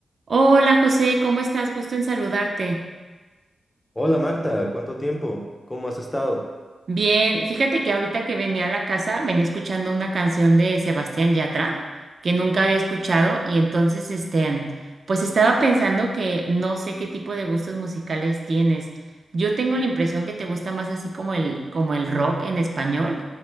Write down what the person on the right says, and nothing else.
Hola José, ¿cómo estás? Gusto en saludarte.
Bien, fíjate que ahorita que venía a la casa venía escuchando una canción de Sebastián Yatra que nunca había escuchado y entonces este, pues estaba pensando que no sé qué tipo de gustos musicales tienes. Yo tengo la impresión que te gusta más así como el como el rock en español,